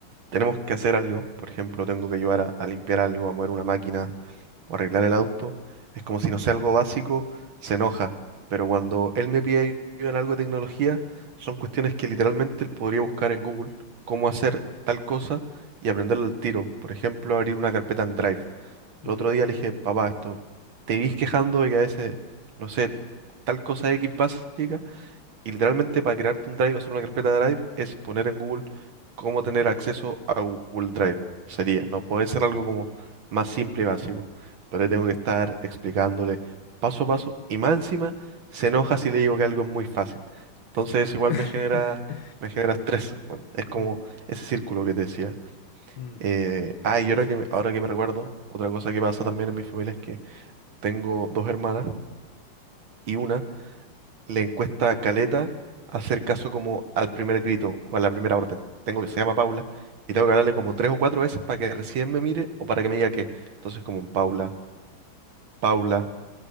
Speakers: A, on the right; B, on the left.
A: tenemos que hacer algo, por ejemplo, tengo que ayudar a, a limpiar algo, a mover una máquina o arreglar el auto, es como si no sea algo básico, se enoja. Pero cuando él me pide ayuda en algo de tecnología, son cuestiones que literalmente él podría buscar en Google, cómo hacer tal cosa y aprenderlo al tiro. Por ejemplo, abrir una carpeta en Drive.
B: Mm,
A: El otro día le dije, papá, esto, te vivís quejando de que a veces, no sé, tal cosa X básica, y literalmente para crearte un drive o hacer una carpeta de drive es poner en Google cómo tener acceso a Google Drive. Sería, no puede ser
B: mm.
A: algo como más simple y básico, pero ahí tengo que estar explicándole paso a paso, y más encima se enoja si le digo que algo es muy fácil. Entonces eso igual
B: <laughs>
A: me genera, me genera estrés. Bueno, es como
B: Mm,
A: ese círculo que te decía.
B: mm,
A: Eh, ah, y ahora
B: sí,
A: que me, ahora
B: sí,
A: que me recuerdo, otra cosa que pasa también en mi familia es que tengo dos hermanas y una le cuesta caleta hacer caso como al primer grito o a la primera orden. Tengo que se llama Paula y tengo que hablarle como tres o cuatro veces para que recién me mire o para que me diga que. Entonces como un Paula, Paula,